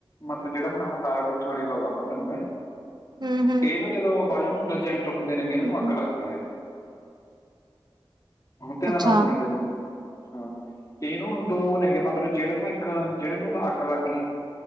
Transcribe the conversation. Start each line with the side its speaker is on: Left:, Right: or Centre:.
Left: ਮਤਲਬ ਜਿਹੜਾ ਹੁਣ ਹਤਾਰਾ ਟੁੱਟਣ ਵਾਲੀ ਗੱਲ ਦੱਸਦਾ ਤੈਨੂੰ ਮੈਂ-
Right: ਹਮ
Left: ਇਹ ਨਾ ਜਦੋਂ ਵਾਜੂ- <unintelligible> ਹੁੰਦੇ ਨੇਗੇ
Right: ਹਮ
Left: ਇਹਨਾਂ ਨੂੰ ਅੱਗ ਲੱਗਦੀ ਆ। ਹੁਣ ਧਿਆਨ
Right: ਅੱਛਾ
Left: ਨਾਲ- ਹਾਂ ਇਹਨੂੰ ਦੋ ਨੇਗੇ ਮਤਲਬ ਜਿਹੜੇ ਨਾ ਇੱਕ ਜਿਹੜੇ ਨੂੰ ਤਾਂ ਅੱਗ ਲੱਗ ਗਈ।